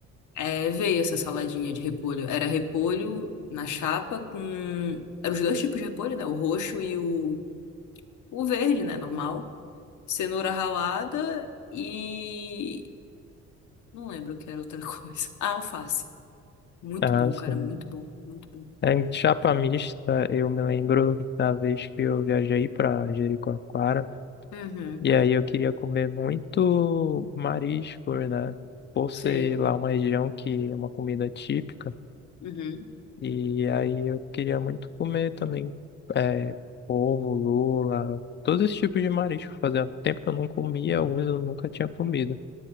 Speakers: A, on the left; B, on the left.
A: é, veio essa saladinha de repolho. Era repolho na chapa com. Eram os dois tipos de repolho, né? O roxo e o, o verde, né? Normal. Cenoura ralada e. Não lembro o que era outra <laughs> coisa. Ah, alface. Muito
B: Ah,
A: bom,
B: sim.
A: cara, muito bom, muito bom.
B: É, em chapa mista, eu me lembro da vez que eu viajei pra Jericoacoara.
A: Uhum.
B: E aí eu queria comer muito marisco, né? Por
A: Sei.
B: ser lá uma região que é uma comida típica.
A: Uhum.
B: E aí eu queria muito comer também é, polvo, lula, todos esses tipos de marisco. Fazia tempo que eu não comia, alguns eu nunca tinha comido.